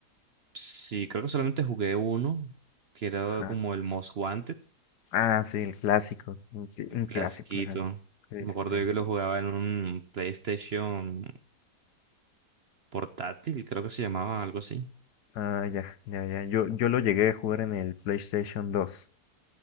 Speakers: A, on the right; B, on the left.
A: Sí, creo que solamente jugué uno, que era
B: Ajá.
A: como el Most Wanted,
B: Ah, sí, el clásico, un, cl-
A: el
B: un
A: clasiquito.
B: clásico, ajá. Sí,
A: Me acuerdo
B: sí, sí.
A: yo que lo jugaba en un PlayStation portátil, creo que se llamaba algo así.
B: Ah, ya, ya, ya. Yo, yo lo llegué a jugar en el PlayStation dos